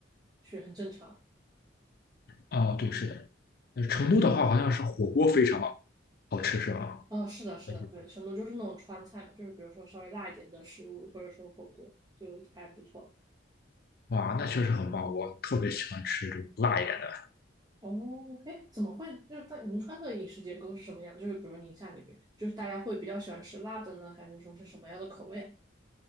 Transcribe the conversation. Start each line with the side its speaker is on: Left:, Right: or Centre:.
Right: 是很正常。
Left: 哦，对，是的。那成都的话，
Right: 嗯，
Left: 好像是火锅非常好吃，是吧？
Right: 哦，是的，是的，
Left: 我记得
Right: 对，成都就是那种川菜嘛，就是比如说稍微辣一点的食物，或者说火锅，就还不错。
Left: 哇，那确实很棒，我特别喜欢吃这种辣一点的。
Right: 哦，哎，怎么会？就是在银川的饮食结构是什么样？就是比如宁夏那边，就是大家会比较喜欢吃辣的呢，还是说是什么样的口味啊